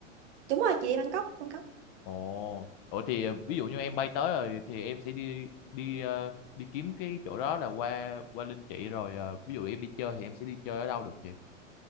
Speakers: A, on the right; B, on the left.
A: đúng rồi chị đi Bangkok Bangkok
B: Ồ, ủa thì ờ, ví dụ như em bay tới rồi thì em sẽ đi đi ờ, đi kiếm cái chỗ đó là qua qua Linh chị rồi ờ, ví dụ em đi chơi thì em sẽ đi chơi ở đâu được chị?